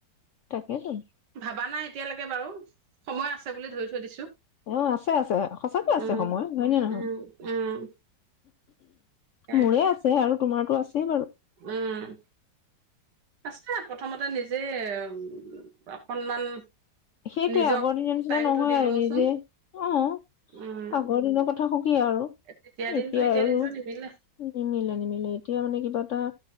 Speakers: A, on the left; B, on the right.
A: তাকেটো
B: ভাবা নাই এতিয়ালৈকে বাৰু। সময় আছে বুলি ধৰি থৈ দিছো
A: অ', আছে, আছে সঁচাকে আছে
B: উম
A: সময় হয়, নে নহয়?
B: উম উম এ
A: মোৰে আছে আৰু তোমাৰতো আছেই বাৰু
B: উম, আছে প্ৰথমতে নিজে উ, অকনমান
A: সেইটোয়ে
B: নিজক
A: আগৰ দিনৰ নিচিনা
B: টাইমটো
A: নহয়
B: দি
A: আৰু
B: লওঁচোন
A: নিজে অ',
B: উম
A: আগৰ দিনৰ কথা শ কি আৰু
B: তেতিয়া দিনটো
A: এতিয়া আৰু
B: দিনটো নিমিলে
A: নিমিলে নিমিলে এতিয়া মানে কিবা এটা